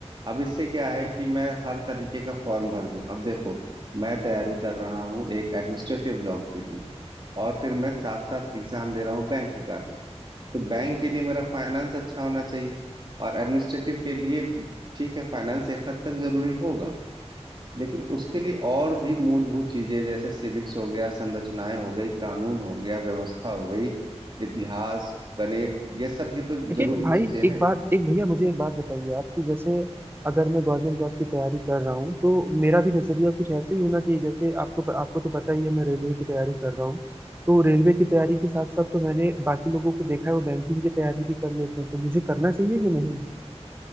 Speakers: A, on the right; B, on the right.
A: अब इससे क्या है कि मैं हर तरीके का फॉर्म भर दूं अब देखो मैं तैयारी कर रहा हूँ एक एडमिनिस्ट्रेटिव जॉब के लिए और फिर मैं साथ साथ एग्जाम दे रहा हूँ बैंक का भी तो बैंक के लिए मेरा फाइनेंस अच्छा होना चाहिए और एडमिनिस्ट्रेटिव के लिए ठीक है फाइनेंस एक हद तक जरूरी होगा लेकिन उसके लिए और भी मूलभूत चीजें जैसे सिविक्स हो गया संरचनाएं हो गई कानून हो गया व्यवस्था हो गई इतिहास गणित ये सब भी तो
B: लेकिन
A: जरूरी
B: भाई
A: चीजें
B: एक
A: हैं
B: बात एक भैया मुझे एक बात बताइए आप कि जैसे अगर मैं गवर्नमेंट जॉब की तैयारी कर रहा हूँ तो मेरा भी नजरिया कुछ ऐसे ही होना चाहिए जैसे आपको आपको तो पता ही है मैं रेलवे की तैयारी कर रहा हूँ तो रेलवे की तैयारी के साथ साथ तो मैंने बाकी लोगों को देखा है वो बैंकिंग की तैयारी भी कर लेते हैं तो मुझे करना चाहिए कि नहीं